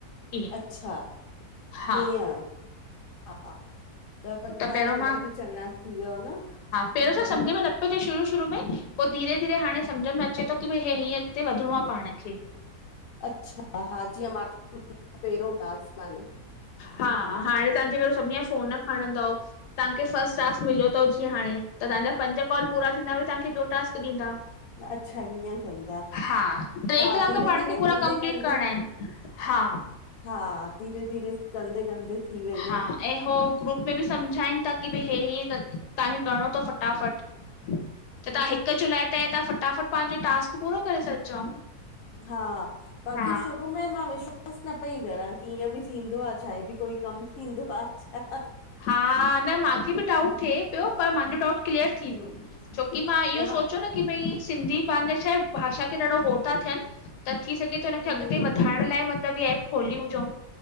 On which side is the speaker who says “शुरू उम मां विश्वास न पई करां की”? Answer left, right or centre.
Left